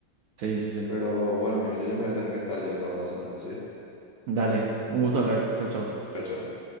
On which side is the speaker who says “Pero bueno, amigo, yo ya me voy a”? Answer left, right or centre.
Left